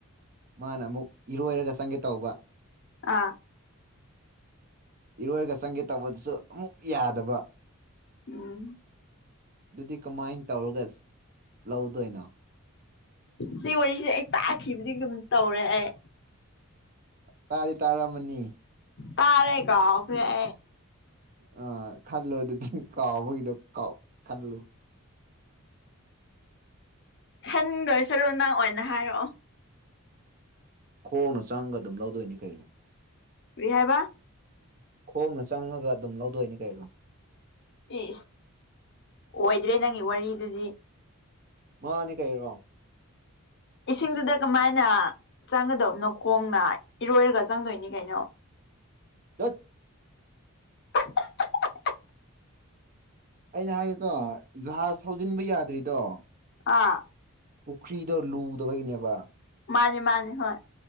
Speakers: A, on the right; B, on the left.
A: ꯃꯥꯅ ꯑꯃꯨꯛ ꯏꯔꯣꯏꯔꯒ ꯆꯪꯒꯦ ꯇꯧꯕ
B: ꯑꯥ
A: ꯏꯔꯣꯏꯔꯒ ꯆꯪꯒꯦ ꯇꯧꯕꯗꯨꯁꯨ ꯑꯃꯨꯛ ꯌꯥꯗꯕ
B: ꯎꯝ
A: ꯑꯗꯨꯗꯤ ꯀꯃꯥꯏꯅ ꯇꯧꯔꯒ ꯂꯧꯗꯣꯏꯅꯣ
B: ꯁꯤ ꯋꯥꯔꯤꯁꯦ ꯑꯩ ꯇꯥꯛꯈꯤꯕꯗꯤ ꯑꯗꯨꯝ ꯇꯧꯔꯦ ꯑꯩ
A: ꯇꯥꯗꯤ ꯇꯥꯔꯝꯃꯅꯤ
B: ꯇꯥꯔꯦ ꯀꯧꯈꯔꯦ ꯑꯩ
A: ꯑ ꯈꯜꯂꯨ ꯑꯗꯨꯗꯤ ꯀꯥꯎꯕꯒꯤꯗꯣ ꯀꯥꯎ ꯈꯜꯂꯨ
B: ꯈꯟꯗꯣꯏ ꯁꯔꯨꯅꯪ ꯑꯣꯏꯅ ꯍꯥꯏꯔꯛꯑꯣ
A: ꯈꯣꯡꯅ ꯆꯪꯉꯒ ꯑꯗꯨꯝ ꯂꯧꯗꯣꯏꯅꯤ ꯀꯩꯅꯣ
B: ꯀꯔꯤꯍꯥꯏꯕ
A: ꯈꯣꯡꯅ ꯆꯪꯉꯒ ꯑꯗꯨꯝ ꯂꯧꯗꯣꯏꯅꯤ ꯀꯩꯅꯣ
B: ꯏꯁ ꯑꯣꯏꯗ꯭ꯔꯦ ꯅꯪꯒꯤ ꯋꯥꯔꯤꯗꯨꯗꯤ
A: ꯃꯥꯅꯤ ꯀꯩꯔꯣ
B: ꯏꯁꯤꯡꯗꯨꯗ ꯀꯃꯥꯏꯅ ꯆꯪꯒꯗꯕꯅꯣ ꯈꯣꯡꯅ ꯏꯔꯣꯏꯔꯒ ꯆꯪꯗꯣꯏꯅꯤ ꯀꯩꯅꯣ
A: ꯗꯠ
B: <unintelligible>
A: ꯑꯩꯅ ꯍꯥꯏꯒꯦꯀꯣ ꯖꯨꯍꯥꯖ ꯊꯧꯖꯤꯟꯕ ꯌꯥꯗ꯭ꯔꯤꯗꯣ
B: ꯑꯥ
A: ꯄꯨꯈ꯭ꯔꯤꯗꯣ ꯂꯨꯗꯕꯒꯤꯅꯦꯕ
B: ꯃꯥꯅꯦ ꯃꯥꯅꯦ ꯍꯣꯏ